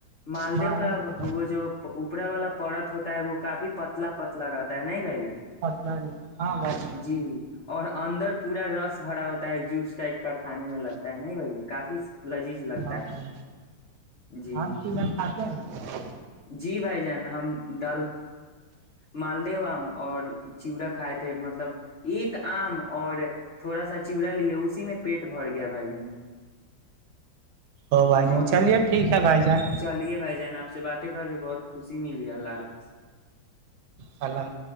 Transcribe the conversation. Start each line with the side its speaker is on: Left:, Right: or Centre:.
Left: مالدو
Right: مالدہ
Left: کا
Right: تو
Left: وہ جو اوپرا والا پرت ہوتا ہے وہ کافی پتلا پتلا رہتا ہے نہیں بھائی جان
Right: پٹنااری ہاں بس
Left: جی اور اندر پورا رس بھرا ہوتا ہے جوس ٹپ کا کھانے میں لگتا ہے نہیں بھ ج کافی لذیذ لگتا
Right: ہاں
Left: ہے
Right: بھائی
Left: جی
Right: آم چیڑا کھاتے ہیں نا
Left: جی بھائی جان ہم ڈ مالد اور چورا کھ ب ایک آم اور تھوڑا سا چیڑا ل اسی میں پیٹ بھر گیا بھائی جان
Right: ا بھائی
Left: بہت
Right: جان چلیے
Left: ل...
Right: ٹھیک ہے بھائی جان
Left: چلیے بھائی جان آپ سے باتیں کر کے بہت خوشی ملی اللہ حافظ <unintelligible>
Right: پل <unintelligible>